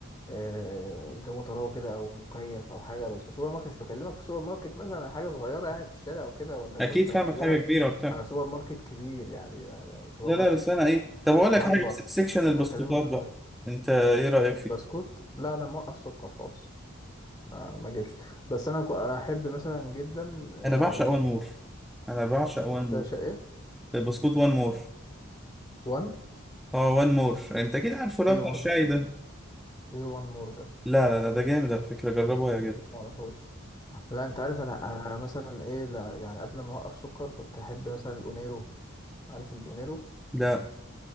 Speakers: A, on the left; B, in the centre.
A: آه الجو طراوة كده او مكيف او حاجة بس سوبر ماركت مش بكلمك في سوبر ماركت مثلا حاجة صغيرة يعني في الشارع او كده ولا
B: اكيد
A: كشك
B: فاهمك
A: انا بكلمك
B: حاجه كبيره وبتاع
A: على سوبر ماركت كبير يعني سوبر
B: لا
A: ماركت
B: لا بس انا ايه طب اقول لك
A: هايبر
B: حاجه بس- سكشن البسكوتات
A: انا بكلمك
B: بقى
A: على هاي-
B: انت ايه رايك
A: البسكوت
B: فيه
A: لا انا موقف سكر خالص ما ما اجيبش بس انا كو- انا احب مثلا جدا آه
B: انا بعشق وان مور انا بعشق
A: بتاع
B: وان مور
A: شقة
B: بسكوت وان مور
A: 1
B: اه وان مور انت اكيد عارفه اللي
A: A1
B: هو بتاع الشاي ده
A: A1 مور
B: لا لا لا ده جامد على فكرة جربه هيعجبك
A: ما اعرفوش لا انت عارف انا أنا مثلا ايه لا يعني قبل ما اوقف سكر كنت احب مثلا الاونيرو عارف الاونيرو
B: لا